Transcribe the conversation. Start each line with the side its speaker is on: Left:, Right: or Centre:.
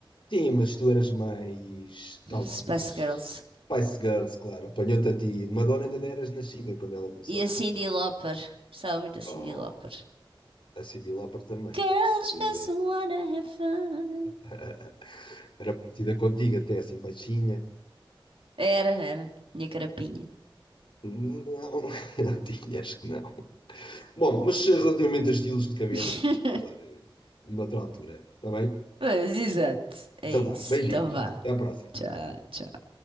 Left: Sim, mas tu eras mais, talvez,
Right: Spice Girls.
Left: Spice Girls, claro, apanhou-te a ti. Madonna ainda não eras nascida quando ela começou.
Right: E a Cyndi Lauper. Gostava muito da Cyndi
Left: Oh,
Right: Lauper.
Left: a Cyndi Lauper também,
Right: Girls
Left: pode-se dizer.
Right: just wanna have fun.
Left: <laughs> Era parecida contigo, até assim baixinha.
Right: Era, era. Minha carapinha.
Left: Não, <laughs> não tinha, acho que não. Bom, mas relativamente a estilos de cabelo,
Right: <laughs>
Left: vou falar eh, noutra altura, está bem?
Right: Pois, exato. É
Left: Então
Right: isso.
Left: vá, beijinhos,
Right: Então vá.
Left: até à próxima.
Right: Tchau.